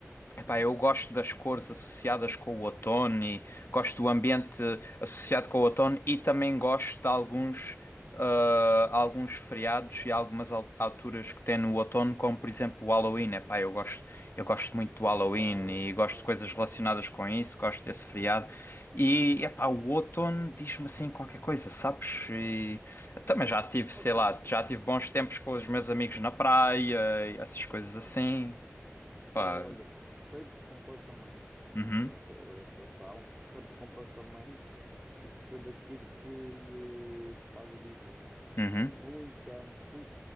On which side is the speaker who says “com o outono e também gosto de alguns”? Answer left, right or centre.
Left